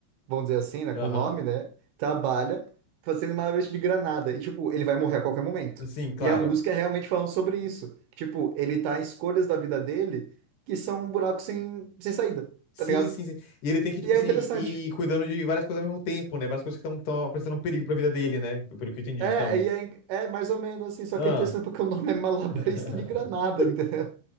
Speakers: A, on the right; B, on the left.
A: vamos dizer assim, né, com
B: Aham.
A: o nome, né, trabalha fazendo uma vez de granada, e, tipo, ele vai morrer a qualquer momento.
B: Sim, claro.
A: E a música é realmente falando sobre isso. Tipo, ele tá em escolhas da vida dele que são um buraco sem, sem saída,
B: Sim,
A: tá ligado?
B: sim, sim. E ele tem que, tipo
A: E é
B: assim,
A: interessante.
B: ir cuidando de várias coisas ao mesmo tempo, né? Várias coisas que estão apresentando um perigo pra vida dele, né? Pelo que eu entendi,
A: É,
B: então.
A: e é, é mais ou menos assim, só
B: Ah.
A: que é interessante porque o nome é Malabarista
B: <laughs>
A: de Granada, <laughs> entendeu?